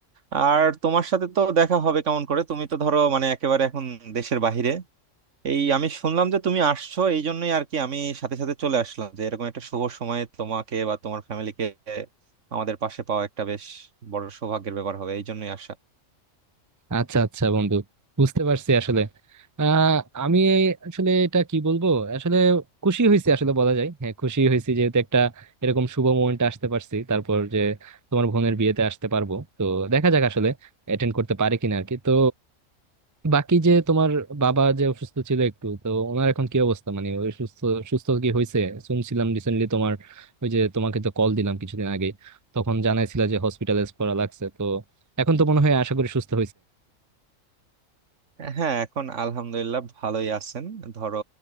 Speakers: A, on the right; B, on the right.
A: আর তোমার সাথে তো দেখা হবে কেমন করে তুমি তো ধরো মানে একেবারে এখন দেশের বাইরে এই আমি শুনলাম যে তুমি আসছো এই জন্যই আর কি আমি সাথে সাথে চলে আসলাম যে এরকম একটা শুভ সময়ে তোমাকে বা তোমার ফ্যামিলিকে আমাদের পাশে পাওয়া একটা বেশ বড় সৌভাগ্যের ব্যাপার হবে এই জন্যই আসা
B: আচ্ছা আচ্ছা বন্ধু বুঝতে পারছি আসলে আহ আমি এই আসলে এটা কি বলবো আসলে খুশি হয়েছি আসলে বলা যায় হ্যাঁ খুশি হয়েছি যেহেতু একটা এরকম শুভ মোমেন্টে আসতে পারছি তারপর যে তোমার বোনের বিয়েতে আসতে পারবো তো দেখা যাক আসলে অ্যাটেন্ড করতে পারি কিনা আর কি তো বাকি যে তোমার বাবা যে অসুস্থ ছিল একটু তো ওনার এখন কি অবস্থা মানে ওই সুস্থ সুস্থ কি হয়েছে শুনছিলাম রিসেন্টলি তোমার ওই যে তোমাকে তো কল দিলাম কিছুদিন আগে তখন জানাইছিলা যে হসপিটালাইজ করা লাগছে তো এখন তো মনে হয় আশা করি সুস্থ
A: হ্যাঁ এখন আলহামদুলিল্লাহ ভালোই আছেন ধরো